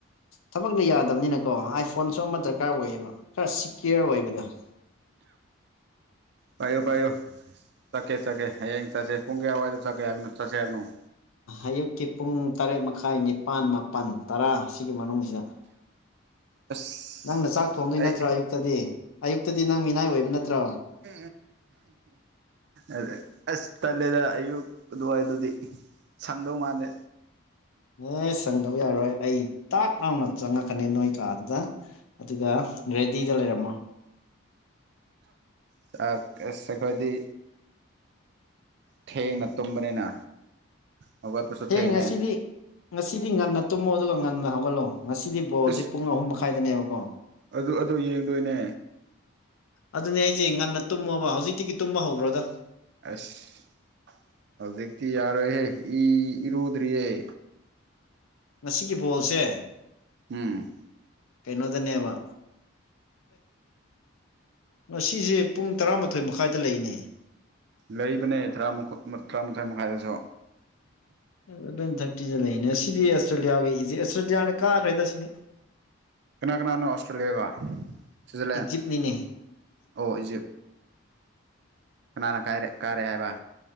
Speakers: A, on the left; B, on the right.
A: ꯊꯕꯛꯅ ꯌꯥꯗꯕꯅꯤꯅꯀꯣ ꯑꯥꯏꯐꯣꯟꯁꯨ ꯑꯃ ꯗꯔꯀꯥꯔ ꯑꯣꯏꯌꯦꯕ ꯈꯔ ꯁꯤꯀ꯭ꯌꯣꯔ ꯑꯣꯏꯕꯗ <unintelligible>
B: ꯄꯌꯨ ꯄꯌꯨ ꯆꯀꯦ ꯁꯀꯦ ꯍꯌꯦꯡ ꯆꯁꯦ ꯄꯨꯡꯒꯦꯌꯥꯋꯥꯖꯦ ꯁꯀꯦ ꯌꯥꯝꯅ ꯆꯁꯦ ꯌꯥꯝꯕꯅ
A: ꯑꯌꯨꯛꯀꯤ ꯄꯨꯡ ꯇꯔꯦꯠ ꯃꯈꯥꯏ ꯅꯤꯄꯥꯜ ꯃꯥꯄꯜ ꯇꯔꯥꯁꯤꯒꯤ ꯃꯅꯨꯡꯁꯤꯗ
B: ꯑꯁ
A: ꯅꯪꯅ ꯆꯥꯛ ꯊꯣꯡꯗꯣꯏ
B: ꯑꯩ
A: ꯅꯠꯇ꯭ꯔꯣ ꯑꯌꯨꯛꯇꯗꯤ ꯑꯌꯨꯛꯇꯗꯤ ꯅꯪ ꯃꯤꯅꯥꯏ ꯑꯣꯏꯕ ꯅꯠꯇ꯭ꯔꯣ
B: ꯎ ꯑ ꯑꯁ ꯇꯜꯂꯦꯗ ꯑꯌꯨꯛ ꯑꯗꯨꯋꯥꯏꯗꯨꯗꯤ ꯁꯪꯗꯧ ꯃꯥꯜꯂꯦ
A: ꯑꯦ ꯆꯪꯗꯕ ꯌꯥꯔꯣꯏ ꯑꯩ ꯇꯥꯛ ꯂꯥꯎꯅ ꯆꯪꯉꯛꯀꯅꯤ ꯅꯣꯏ ꯀꯥꯗꯨꯗ ꯑꯗꯨꯒ ꯔꯦꯗꯤꯗ ꯂꯩꯔꯝꯃꯣ
B: ꯆꯥꯛ ꯆꯦꯈꯣꯏꯗꯤ ꯊꯦꯡꯅ ꯇꯨꯝꯕꯅꯤꯅ ꯍꯧꯒꯠꯄꯁꯨ
A: ꯍꯌꯦ
B: ꯊꯦꯡꯉꯦ
A: ꯉꯁꯤꯗꯤ ꯉꯁꯤꯗꯤ ꯉꯟꯅ ꯇꯨꯝꯃꯣ ꯑꯗꯨꯒ ꯉꯟꯅ ꯍꯧꯒꯠꯂꯣ ꯉꯁꯤꯗꯤ ꯕꯣꯁꯦ
B: ꯏꯁ
A: ꯄꯨꯡ ꯑꯍꯨꯝ ꯃꯈꯥꯏꯗꯅꯦꯕꯀꯣ
B: ꯑꯗꯨ ꯑꯗꯨ ꯌꯦꯡꯗꯣꯏꯅꯦ
A: ꯑꯗꯨꯅꯦ ꯑꯩꯁꯦ ꯉꯟꯅ ꯇꯨꯝꯃꯣꯕ ꯍꯧꯖꯤꯛꯇꯤꯒꯤ ꯇꯨꯝꯕ ꯍꯧꯈ꯭ꯔꯣꯗ
B: ꯑꯁ ꯍꯧꯖꯤꯛꯇꯤ ꯌꯥꯔꯣꯏꯍꯦ ꯏ ꯏꯔꯨꯗ꯭ꯔꯤꯌꯦꯦ
A: ꯉꯁꯤꯒꯤ ꯕꯣꯜꯁꯦ
B: ꯎꯝ
A: ꯀꯩꯅꯣꯗꯅꯦꯕ ꯃꯁꯤꯁꯦ ꯄꯨꯡ ꯇꯔꯥꯃꯥꯊꯣꯏ ꯃꯈꯥꯏꯗ ꯂꯩꯅꯦ
B: ꯂꯩꯕꯅꯦ ꯇꯔꯥ ꯇꯔꯥꯃꯥꯊꯣꯏ ꯃꯈꯥꯏꯗꯁꯨ
A: ꯑꯦꯂꯚꯦꯟ ꯊꯥꯔꯇꯤꯗ ꯂꯩꯅꯦ ꯁꯤꯗꯤ ꯑꯁꯇ꯭ꯔꯦꯂꯤꯌꯥꯒꯤ ꯏꯁꯦ ꯑꯁꯇ꯭ꯔꯦꯂꯤꯌꯥꯅ ꯀꯥꯈ꯭ꯔꯦꯗ ꯁꯤꯗꯤ
B: ꯀꯅꯥ ꯀꯅꯥꯅꯣ ꯑꯣꯁꯇ꯭ꯔꯦꯂꯤꯌꯥꯒ ꯁ꯭ꯋꯤꯖꯔꯂꯦꯟ
A: ꯏꯖꯤꯞꯅꯤꯅꯦ
B: ꯑꯣ ꯏꯖꯤꯞ ꯀꯅꯥꯅ ꯀꯥꯏꯔꯦ ꯀꯥꯏꯔꯦ ꯍꯥꯏꯕ